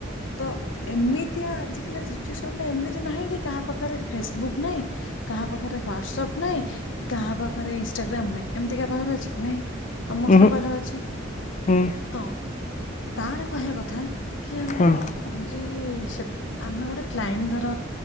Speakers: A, on the left; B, on the left.
A: ତ ଏମିତିଆ ଆଜିକାଲିଆ ସିଚୁଏସନ୍ ରେ ଏମିତ୍ ତି ନାହିଁ କି କାହା ପାଖରେ ଫେସବୁକ୍ ନାଇଁ, କାହା ପାଖରେ ହ୍ଵାଟସପ୍ ନାଇଁ, କି କାହା ପାଖରେ ଇନଷ୍ଟାଗ୍ରାମ ନାଇଁ। ଏମିତିକା <unintelligible> ଆଛି କି ନାଇଁ। ସମସ୍ତଙ୍କ
B: ଉହୁଁ
A: ପାଖରେ ଅଛି
B: ହୁଁ
A: ତ ତାର କହିବା କଥା କି ଆମର
B: ହୁଁ
A: ହଉଚି ସେ ଆମେ ଗୋଟେ କ୍ଲାଇଣ୍ଟ ଧର